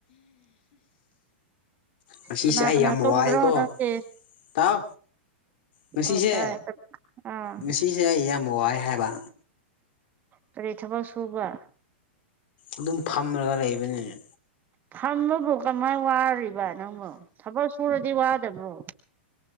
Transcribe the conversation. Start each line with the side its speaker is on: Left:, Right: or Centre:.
Left: ꯉꯁꯤꯁꯦ
Right: ꯀꯅꯥ
Left: ꯑꯩ
Right: ꯀꯅꯥ
Left: ꯌꯥꯝ
Right: ꯇꯨꯝꯕ꯭ꯔꯣ
Left: ꯋꯥꯑꯦꯀꯣ
Right: ꯅꯪꯗꯤ
Left: ꯇꯥꯎ ꯉꯁꯤꯁꯦ
Right: ꯑꯣ ꯇꯥꯏ ꯑꯥ
Left: ꯉꯁꯤꯁꯦ ꯑꯩ ꯌꯥꯝ ꯋꯥꯏ ꯍꯥꯏꯕ
Right: ꯀꯔꯤ ꯊꯕꯛ ꯁꯨꯕ
Left: ꯑꯗꯨꯝ ꯐꯝꯂꯒ ꯂꯩꯕꯅꯤꯅꯦ
Right: ꯐꯝꯕꯕꯨ ꯀꯃꯥꯏꯅ ꯋꯥꯔꯤꯕ ꯅꯪꯕꯨ ꯊꯕꯛ ꯁꯨꯔꯗꯤ ꯋꯥꯗꯕ꯭ꯔꯣ